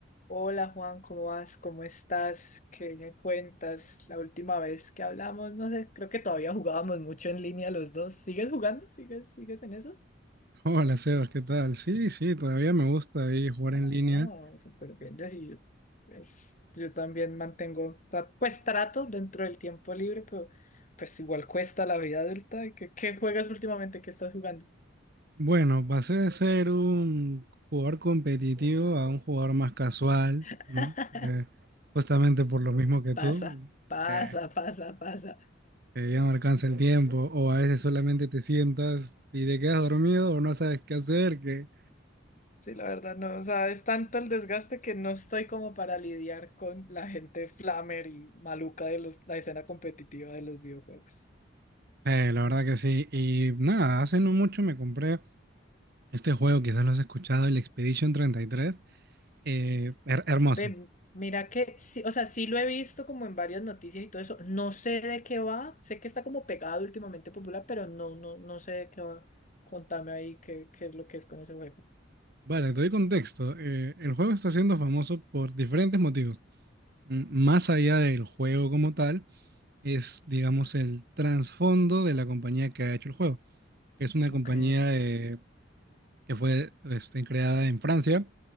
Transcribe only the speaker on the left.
Hola Juan, ¿cómo vas? ¿Cómo estás? ¿Qué me cuentas? La última vez que hablamos, no sé, creo que todavía jugábamos mucho en línea los dos. ¿Sigues jugando? ¿Sigues, sigues en esos?
Oh,
súper bien. Yo sí, yo, es- yo también mantengo, tra- pues trato dentro del tiempo libre, pero pues igual cuesta la vida adulta. ¿Qué, qué juegas últimamente? ¿Qué estás jugando?
<laughs>
Pasa,
pasa,
pasa, pasa.
Sí, la verdad no, o sea, es tanto el desgaste que no estoy como para lidiar con la gente flamer y maluca de los, la escena competitiva de los videojuegos.
Ve, mira que, sí, o sea, sí lo he visto como en varias noticias y todo eso. No sé de qué va, sé que está como pegado últimamente popular, pero no, no, no sé de qué va. Contame ahí qué, qué es lo que es con ese juego.
Ok.